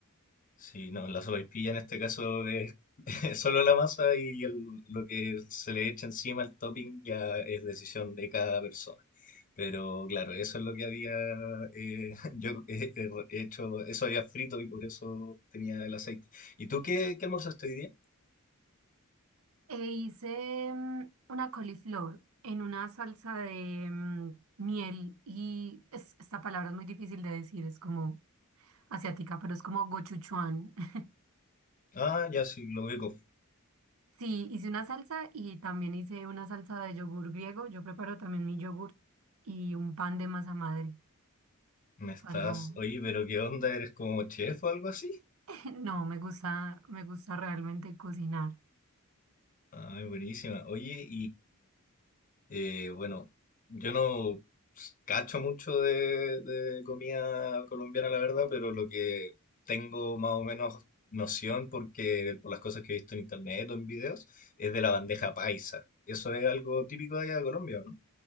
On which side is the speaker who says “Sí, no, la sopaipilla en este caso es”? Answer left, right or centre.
Left